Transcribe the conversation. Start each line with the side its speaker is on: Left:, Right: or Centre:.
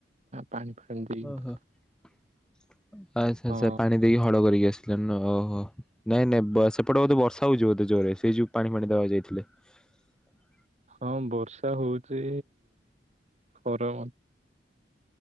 Right: ପାଣି ଫାଣି ଦେଇକି
Centre: ଓହୋ ଆଚ୍ଛା
Right: ହଁ
Centre: ଆଚ୍ଛା ପାଣି ଦେଇକି ହଡ କରିକି ଆସିବ ଓହୋ ନାଇଁ ନାଇଁ ସେପଟେ ବୋଧେ ବର୍ଷା ହଉଛି ବୋଧେ ଜୋରରେ ସେଇ ଯୋଉ ପାଣି ଫାଣି ଦେବାକୁ ଯାଇଥିଲେ <unintelligible>
Right: ହଁ ବର୍ଷା ହଉଚି ଖର।